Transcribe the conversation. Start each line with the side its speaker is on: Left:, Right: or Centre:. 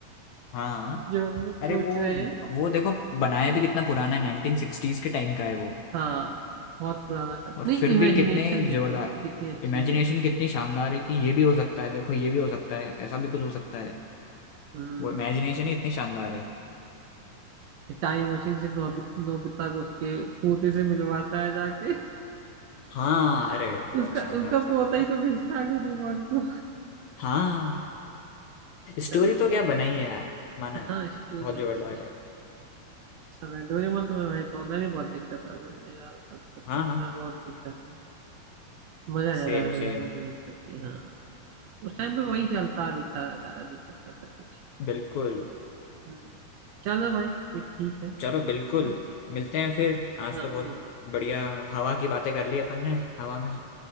Left: हाँ
Right: <laughs> जो हम लोग
Left: अरे
Right: सोच
Left: वो
Right: रहे हैं
Left: वो देखो बनाया भी कितना पुराना है नाइनटीन सिक्सटीज के टाइम का है वो
Right: हाँ बहुत पुराना कर
Left: और
Right: नहीं
Left: फिर
Right: इमेजिनेशन
Left: भी कितने
Right: देखो
Left: जोरदार
Right: उसकी कितनी अच्छी
Left: इमेजिनेशन
Right: है
Left: कितनी शानदार है कि ये भी हो सकता है देखो ये भी हो सकता है ऐसा भी कुछ हो सकता है
Right: हम्म
Left: वो इमेजिनेशन ही इतनी शानदार है
Right: टाइम मशीन से नोबि, नोबिता को उसके पोते से मिलवाता है जाके
Left: हाँ अरे बहुत
Right: उसका
Left: शानदार
Right: उसका
Left: था
Right: पोता
Left: वो तो
Right: ही तो भेजता है डोरेमोन को
Left: हाँ स्टोरी
Right: तब उसने
Left: तो क्या
Right: कहा,
Left: बनाई है यार माना
Right: हाँ स्टोरी
Left: बहुत जोरदार
Right: अच्छी है
Left: है
Right: अच्छा लगा डोरेमोन तो मैं भाई बहुत- मैं भी बहुत देखता था जब मेरा होता था
Left: हाँ हाँ
Right: मैं बहुत देखता था मजा आ जाता
Left: सेम
Right: था डोरेमोन
Left: सेम
Right: को देख करके हाँ उस टाइम पे वही चलता भी था ज्यादा नहीं करता था कुछ
Left: बिल्कुल
Right: हम्म, चलो भाई फिर ठीक है चलो
Left: चलो बिल्कुल मिलते हैं फिर आज
Right: हाँ
Left: तो बहुत
Right: मिलते
Left: बढ़िया हवा की बातें कर ली अपन ने हवा में